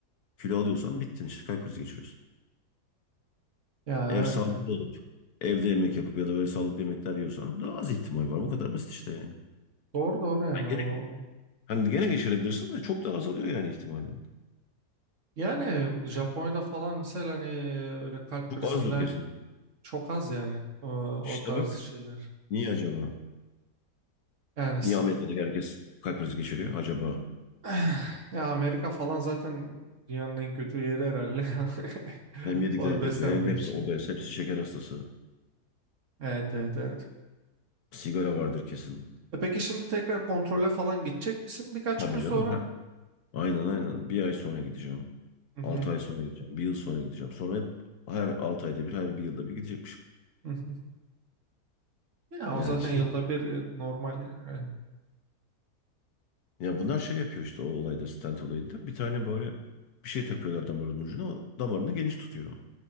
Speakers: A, on the left; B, on the right.
A: kilo alıyorsan bittin işte kalp krizi geçiriyorsun.
B: Ya
A: Eğer
B: evet,
A: sağlıklı
B: evet.
A: olup evde yemek yapıp ya da böyle sağlıklı yemekler yiyorsan daha az ihtimal var. Bu kadar basit işte yani.
B: Doğru doğru yani
A: Hani
B: o
A: Gene, hani gene geçirebilirsin de çok daha azalıyor yani ihtimalin.
B: yani Japonya'da falan mesela hani öyle kalp
A: Çok
B: krizinden
A: azdır kesin.
B: çok az yani o,
A: İşte
B: o tarz
A: bak
B: şeyler.
A: niye acaba?
B: Yani s-
A: Niye Amerika'da herkes kalp krizi geçiriyor acaba?
B: <sighs> ya Amerika falan zaten dünyanın en kötü yeri herhalde <laughs>
A: Hem yedikleri
B: o
A: kötü
B: beslenme
A: hem hepsi
B: için.
A: obez, hepsi şeker hastası.
B: Evet evet evet.
A: Sigara vardır kesin.
B: E peki şimdi tekrar kontrole falan gidecek misin birkaç
A: Tabii
B: gün sonra?
A: canım. Aynen aynen. Bir ay sonra gideceğim.
B: Hı hı,
A: Altı ay sonra gideceğim. Bir yıl sonra gideceğim. Sonra hep her altı ayda bir, her bir yılda bir gidecekmişim.
B: hı hı. Ya
A: Yani
B: o zaten
A: şey,
B: yılda bir e, normal yani. evet.
A: ya bunlar şey yapıyor işte o olayda, stent olayında. Bir tane böyle bir şey takıyorlar damarın ucuna. O damarını geniş tutuyor.